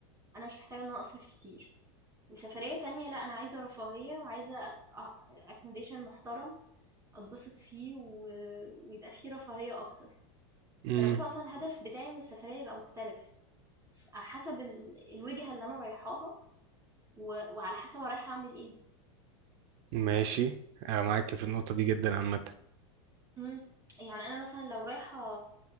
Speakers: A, on the right; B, on the right.
A: انا مش محتاجه ان انا اصرف كتير وسفريه تانية لا انا عايزه رفاهيه وعايزه اكوموديشن محترم أتبسط فيه و... ويبقى فيه رفاهية أكتر
B: امم
A: فأنا ممكن أصلا الهدف بتاعي من السفرية يبقى مختلف ف- حسب ال... الوجهة اللي أنا رايحاها و... وعلى حسب أنا رايحة أعمل إيه
B: ماشي أنا معاك في النقطة دي جدا عامة
A: مم. يعني أنا مثلا لو رايحة